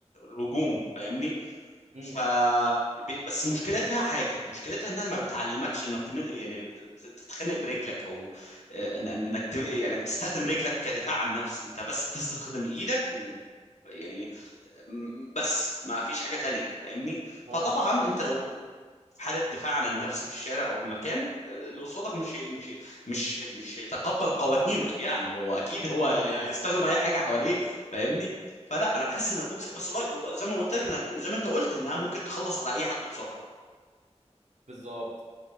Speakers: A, on the left; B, on the right.
A: الهجوم فاهمني
B: امم
A: ف ب- بس مشكلتها حاجه مشكلتها انها ما بتعلمكش انك تمد... يعني ت- تتخانق برجلك او آه، إن- إن- انك ت... يعني بتستخدم رجلك كدفاع عن النفس انت بس بتستخدم ايدك و يعني م- بس ما فيش حاجه تانية فاهمني
B: اه
A: فطبعا انت لو حالة دفاع عن النفس في الشارع أو في مكان اللي قصادك مش مش مش مش هيتقبل قوانينك يعني هو أكيد هو
B: اه
A: هيستخدم
B: اه
A: أي حاجة حواليه فاهمني فلا أنا بحس إن البوكس بس بق- زي ما قلت لك أنا زي ما أنت قلت إنها ممكن تخلص على أي حد بسرعة
B: بالظبط